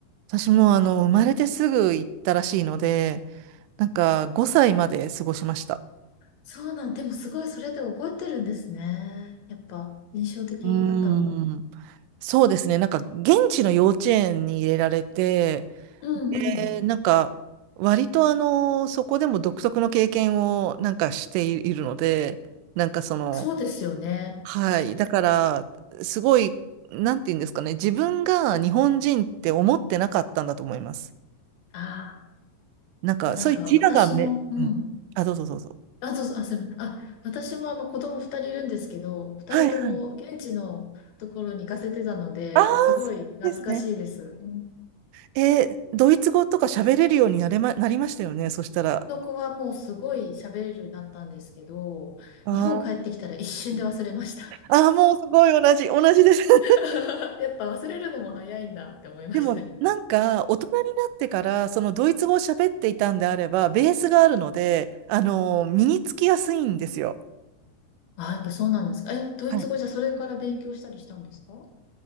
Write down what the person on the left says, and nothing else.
そうなん、でもすごいそれで覚えてるんですね。やっぱ印象的だったのかな。
うんうん。
そうですよね。
ああ、
なんか私も、
うん。
あ、どうぞ、あ、すいません。あ、私もあの子供2人いるんですけど、2人とも現地のところに行かせてたので、
すごい懐かしいです。
うん
の子はもうすごい喋れるようになったんですけど、
日本帰ってきたら一瞬で忘れました。
<laughs> やっぱ忘れるのも早いんだって思いましたね。
あ、やっぱそうなんですか。え、ドイツ語じゃそれから勉強したりしたんですか